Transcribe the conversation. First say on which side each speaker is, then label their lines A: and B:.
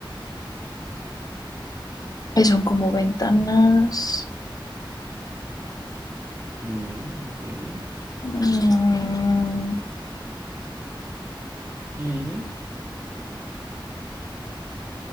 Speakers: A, on the left; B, on the right.
A: Y son como ventanas.
B: sí, muy bien.
A: Mm,
B: Y